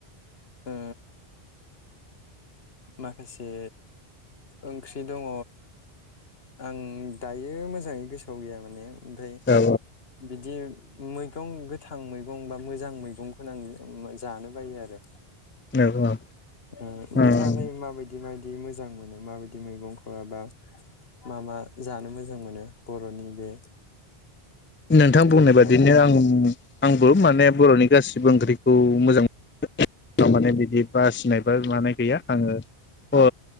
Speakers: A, on the left (about 70°); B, on the left (about 20°).
A: ओ माखासे ओंख्रि दङ। आं दायो मोजाङै गोसोआव गैया माने। ओमफ्राय
B: औ
A: बिदि मैगं गोथां मैगं बा मोजां मैगंखौनो आं जानो बायो आरो।
B: औ औ
A: ओ नोंथाङालाय
B: उम
A: माबायदि मा दि मोजां मोनो माबायदि मैगंखौबा मा मा जानो मोजां मोनो। बर'नि बे
B: नोंथां बुंनाय
A: दोरोङारि
B: बादिनो आं आंबो माने बर'नि गासै गोबां ओंख्रिखौ मोजां <unintelligible> माने बिदि बासिनाय बा लानाय गैया आङो अ ओ
A: औ